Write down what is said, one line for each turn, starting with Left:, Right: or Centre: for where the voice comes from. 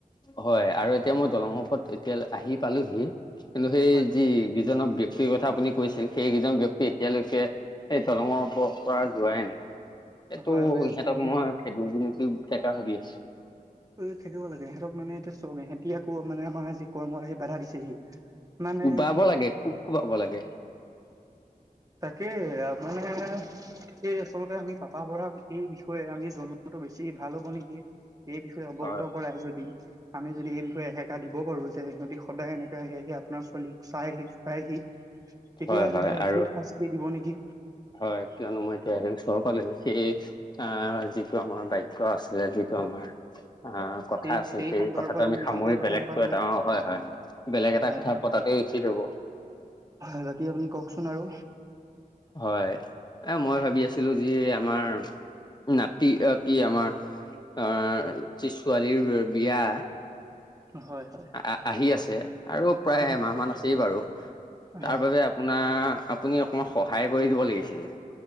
Left: হয় আৰু এতিয়া মই দলংৰ ওপৰত এতিয়া লে আহি পালোহি, কিন্তু সেই
Right: হয়
Left: যি গি যিজনক ব্যক্তি কথা আপুনি কৈছিল, সেইকেইজন ব্যক্তি এতিয়ালৈকে সেই দলঙৰ ওপৰৰ পৰা যোৱাই নাই। এইটো
Right: হয় হয়
Left: ইহঁতক
Right: আচলতে
Left: মই খেদোকে নেকি ফেকা ভাবি আছোঁ।
Right: ঐ খেদিব লাগে। ইহঁতক মানে এতিয়া চব এহেতি আকৌ মানে আমাৰ আজি কৰ্মত আহি বাধা দিছেহি। মানে
Left: কোবাব লাগে, খুব কোবাব লাগে।
Right: তাকে আ মানে এই আচলতে আমি পাপা বৰাক এই বিষয়ে আমি জনো <inaudible> ৱাটো বেছি ভাল হ'ব নেকি? এই বিষ তে অৱগত
Left: হয়
Right: কৰা‌ই যদি আমি যদি এই বিষয়ে এসেকা দিব পাৰোঁ যে সিহঁতি সদায় এনেকৈ আহি আহি আপোনাৰ ছোৱালীক চাইহি, জোকাইহি। তেতিয়া
Left: হয়
Right: কিবা
Left: হয়
Right: এটা
Left: আৰু
Right: উচিত শাস্তি দিব নেকি?
Left: হয়, কিয়নো মই এতিয়া আহি ওচৰ পালোহি, ঠিক আ যিটো আমাৰ বাইক ক আছিলে যিটো আমাৰ আ কথা
Right: সেই
Left: আছিল সেই
Right: সন্দৰ্ভত
Left: কথাটো আমি
Right: বেছিকৈ
Left: সামৰি
Right: কথা
Left: বেলেগতো
Right: নাপাতো।
Left: এটা, অ' হয়, হয়। বেলেগ এটা
Right: হয়
Left: কথা
Right: হয়
Left: পতাটোৱে ওঠিক হ'ব।
Right: হয়, বাকী আপুনি কওঁকচোন আৰু।
Left: হয়, এ মই ভাবি আছিলো যি আমাৰ নাতি আতি আমাৰ, অঁহ যি ছোৱালীৰ বিয়া
Right: হয় হয়।
Left: আ আহি আছে আৰু প্ৰায়
Right: হয়
Left: এমাহ মান আছেই বাৰু
Right: হয়
Left: তাৰ বাবে আপোনা আপুনি অকণমান সহায় কৰি দিব লাগিছিলে।